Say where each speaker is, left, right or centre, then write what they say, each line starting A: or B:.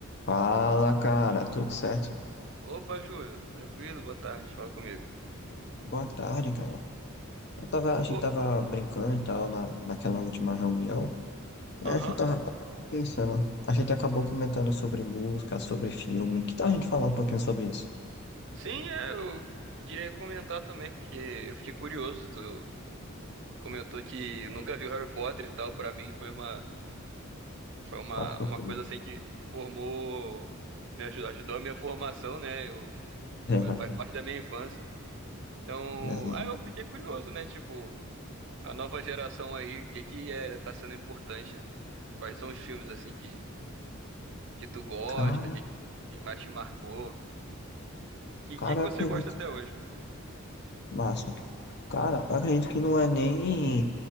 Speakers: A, on the left (about 50°); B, on the right (about 60°).
A: Fala, cara, tudo certo?
B: Opa, Júlio, tranquilo, boa tarde, fala comigo.
A: Boa tarde, cara. Eu tava, a gente
B: Ô,
A: tava brincando e tal na, naquela última reunião. É,
B: Aham,
A: a gente tava, tava pensando. A gente acabou comentando sobre música, sobre filme. Que tal a gente falar um pouquinho sobre isso?
B: Sim, é, eu queria comentar também, porque eu fiquei curioso, tu comentou que nunca viu Harry Potter e tal, pra mim foi uma, foi uma,
A: Uma surpresa.
B: uma coisa assim que formou, me ajudou, ajudou a minha formação, né, eu,
A: <laughs>
B: foi, faz parte da minha infância. Então,
A: É, né?
B: aí eu fiquei curioso, né, tipo, a nova geração aí, o que que é, tá sendo importante, quais são os filmes, assim, que, que tu gosta,
A: Cara,
B: que, que mais te marcou. Que
A: cara,
B: dia que
A: eu
B: você
A: acredito.
B: gosta até hoje?
A: Massa. Cara, eu acredito que não é nem